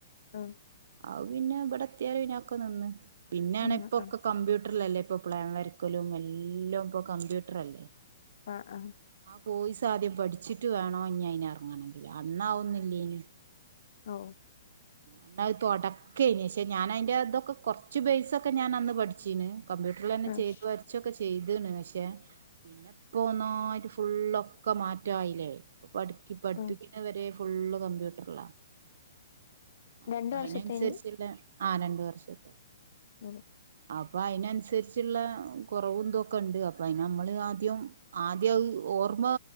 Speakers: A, on the left (about 60°); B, on the right (about 65°).
A: ആഹ്
B: ആ പിന്നെ ഇവിടെ എത്തിയാപിന്നൊക്കെ നിന്ന് പിന്നെയാണ്
A: ആഹ്
B: ഇപ്പൊക്കെ
A: ആഹ്
B: കമ്പ്യൂട്ട ല്ലേ ഇപ്പൊ പ്ലാം വരക്കലും എല്ലാം ഇപ്പൊ കമ്പ്യൂട്ടർ അല്ലേ
A: ആഹ! ആഹ!
B: ബോയിസ് ആദ്യം പഠിച്ചിട്ട് വേണോ അയിന് എറങ്ങണങ്കില് അന്നാവുന്നില്ലേനി
A: ഓ.
B: എന്നത് തുടക്കേന പക്ഷെ ഞാൻ അതിന്റെ അതൊക്കെ കൊറച്ച് ബേസൊക്കെ ഞാൻ അന്ന് പഠിച്ചീന്ന് കമ്പ്യൂട്ടറിലന്നെ
A: ആഹ്
B: ചെയ്ത് വരച്ചൊക്കെ ചെയ്തണ് പക്ഷെ പിന്നെ ഇപ്പൊ ഒന്നായിട്ട് ഫുള്ളൊക്കെ മാറ്റായില്ലേ പഠി പഠിപ്പിക്കുന്നവരെ
A: ആഹ്
B: ഫുള്ള് കമ്പ്യൂട്ടറല്ലാ അപ്പൊ
A: രണ്ട് വർഷത്തേനി
B: അതിനനുസരിച്ചുള്ള ആ രണ്ട് വർഷത്തെ
A: ഉ
B: അപ്പൊ അയ്നനുസരിച്ചുള്ള കുറവും എന്തൊക്കെ ഉണ്ട് അപ്പൊ അതിന് നമ്മള് ആദ്യം- ആദ്യ ഓർമ്മ